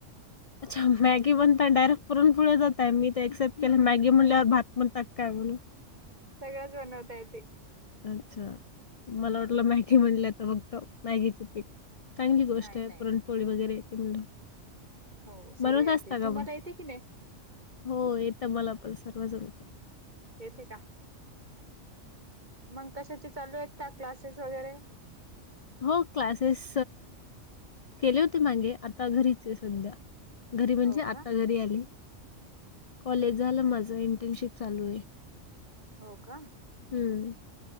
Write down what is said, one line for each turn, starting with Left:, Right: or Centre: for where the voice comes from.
Left: अच्छा मॅगी म्हणताय डायरेक्ट पुरणपोळीवर जाताय मी ते एक्सेप्ट केलं मॅगी म्हणल्यावर भात म्हणतात का काय म्हणून
Right: सगळंच बनवता येते.
Left: अच्छा मला वाटलं मॅगी म्हणल्या त फक्त मॅगीच येते का? चांगली गोष्ट
Right: नाही
Left: ये
Right: नाही
Left: पुरणपोळी वगैरे येते बोल्यावर
Right: हो सगळं
Left: बनवतं
Right: येते.
Left: असता का
Right: तुम्हाला
Left: मग
Right: येते की नाही?
Left: हो येतं मला पण सर्व जमत.
Right: येते का मंग कशाचे चालू आहेत का क्लासेस वगैरे.
Left: हो क्लासेस केले होते मांगे आता घरीच ये सध्या घरी म्हणजे
Right: हो
Left: आता
Right: का?
Left: घरी आली कॉलेज झाल माझ
Right: अच्छा
Left: इंटर्नशिप चालू आहे.
Right: हो का
Left: हूं